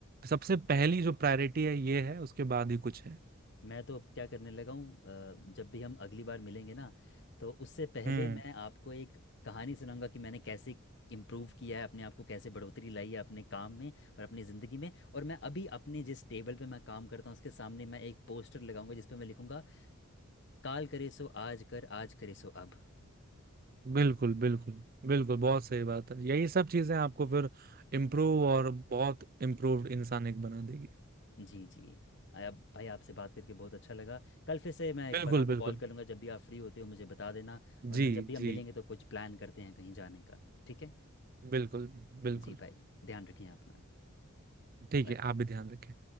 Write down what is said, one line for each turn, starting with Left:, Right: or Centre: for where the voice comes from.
Right: सबसे पहली जो प्रायोरिटी है ये है उसके बाद ही कुछ है
Left: मैं तो अब क्या करने लगा हूँ अ, जब भी हम अगली बार मिलेंगे ना तो उससे पहले
Right: हम्म
Left: मैं आपको एक कहानी सुनाऊंगा कि मैंने कैसे इम्प्रूव किया है अपने आप को कैसे बढ़ोतरी लाई है अपने काम में और अपनी ज़िंदगी में और मैं अभी अपने जिस टेबल पे मैं काम करता हूँ उसके सामने मैं एक पोस्टर लगाऊंगा जिस पे मैं लिखूंगा काल करे सो आज कर आज करे सो अब
Right: बिल्कुल बिल्कुल बिल्कुल बहुत सही बात है यही सब चीजें आपको फिर इम्प्रूव और बहुत इम्प्रूव्ड इंसान एक बना देगी
Left: जी जी आया भाई आपसे बात करके बहुत अच्छा लगा कल फिर से मैं एक
Right: बिल्कुल
Left: बार आपको
Right: बिल्कुल
Left: कॉल करूंगा जब भी आप फ्री होते हो मुझे बता देना वरना
Right: जी
Left: जब भी हम
Right: जी
Left: मिलेंगे तो कुछ प्लान करते हैं कहीं जाने का ठीक है
Right: बिल्कुल बिल्कुल
Left: जी भाई ध्यान रखिए अपना
Right: ठीक
Left: बाय
Right: है आप भी ध्यान रखें Bye.